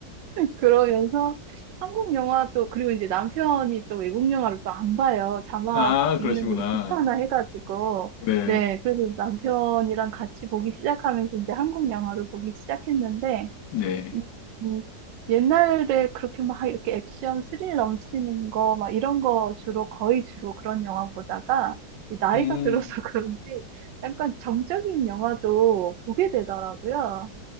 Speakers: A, on the right; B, on the left.
A: 그러면서 한국 영화도 그리고 이제 남편이 또 외국 영화를 또 안 봐요. 자막
B: 아,
A: 읽는
B: 그러시구나.
A: 걸 귀찮아 해가지고
B: 네.
A: 네 그래서 남편이랑 같이 보기 시작하면서 이제 한국 영화를 보기 시작했는데
B: 네.
A: 음, 음, 옛날에 그렇게 막 이렇게 액션 스릴 넘치는 거, 막 이런 거 주로, 거의 주로 그런 영화 보다가, 이 나이가
B: 음,
A: 들어서 <laughs> 그런지 약간 정적인 영화도 보게 되더라고요.